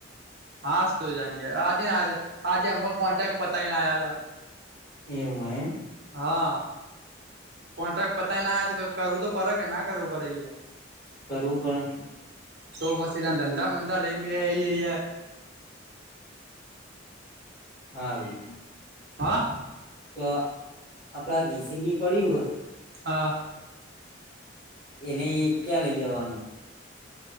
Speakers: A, on the right; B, on the left.
A: હાસ્તો જ <inaudible> ય આજે આજેમ કોન્ટેક પતાઈ આયા ના
B: એવું એમ
A: હા કોન્ટ્રાક્ટ પતાઈને આયા તો કરવુ તો પડે કે ના કરવું પડે ય
B: કરવું પડે ન
A: તો પછી ત ધંધા બંધા લઈ ને બેહ ઈયા
B: હારૂ
A: હા
B: તો આપણા દીસ જી બી પડી હો
A: હા
B: એને ક્યાં લઈ જવાનું?